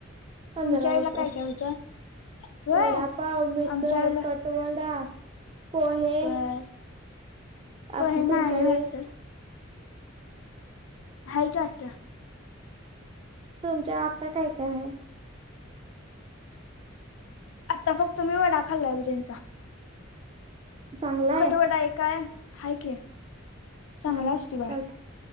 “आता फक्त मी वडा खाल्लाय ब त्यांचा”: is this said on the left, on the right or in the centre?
Left